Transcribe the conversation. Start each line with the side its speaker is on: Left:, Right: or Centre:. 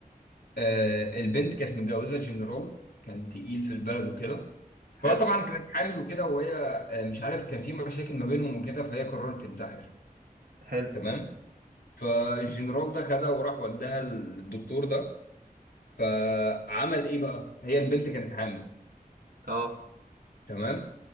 Left: آه، البنت كانت متجوزه جنرال كان تقيل في البلد وكده
Right: حلو
Left: فطبعا كانت حامل وكده وهي آه، مش عارف كان في مشاكل ما بينهم وكده فهي قررت تنتحر
Right: حلو
Left: تمام فالجنرال ده خدها وراح وداها للدكتور ده فعمل ايه بقى هي البنت كانت حامل
Right: اه
Left: تمام